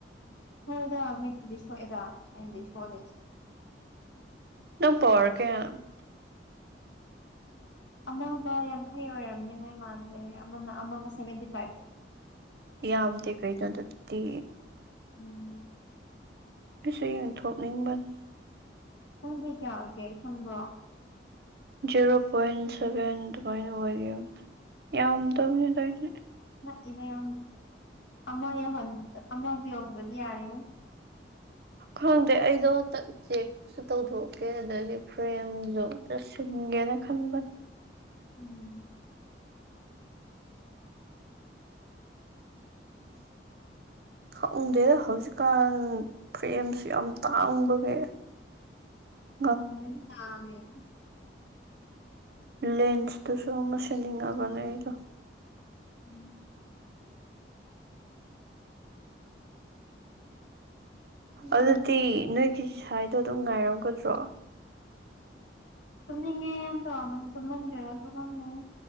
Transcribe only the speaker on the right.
ꯅꯪ ꯄꯧꯋꯥꯔ ꯀꯥꯌꯅꯣ
ꯌꯥꯝꯗꯦ ꯀꯩꯅꯣ ꯑꯗꯨꯗꯤ
ꯗꯨꯁꯨ ꯌꯦꯡꯊꯣꯛꯅꯤꯡꯕꯅꯤ
ꯖꯦꯔꯣ ꯄꯣꯏꯟ ꯁꯚꯦꯟ ꯑꯗꯨꯃꯥꯢ ꯑꯣꯢꯒꯤꯝꯅꯤ ꯌꯥꯝꯗꯝꯅꯤꯗ ꯑꯩꯗꯤ
ꯈꯪꯗꯦ ꯑꯩꯗꯣ ꯍꯟꯇꯛ ꯆꯦꯛ ꯁꯨ ꯇꯧꯊꯣꯛꯀꯦ ꯑꯗꯒꯤ ꯐ꯭ꯔꯦꯝꯖꯨ ꯑꯝꯇ ꯁꯤꯟꯒꯦꯅ ꯈꯟꯕꯅꯦ
ꯈꯪꯗꯦꯗ ꯍꯧꯖꯤꯛꯀꯥꯟ ꯐ꯭ꯔꯦꯝꯁꯨ ꯌꯥꯝ ꯇꯥꯡꯕꯒꯤ <inaudible>
ꯂꯦꯟꯁꯇꯨꯁꯨ ꯑꯃ ꯁꯤꯟꯅꯤꯡꯉꯕꯅꯦ ꯑꯩꯗꯣ
ꯑꯗꯨꯗꯤ ꯅꯣꯢꯒꯤ ꯁꯥꯢꯗꯣ ꯑꯗꯨꯝ ꯉꯥꯢꯔꯝꯒꯗ꯭ꯔꯣ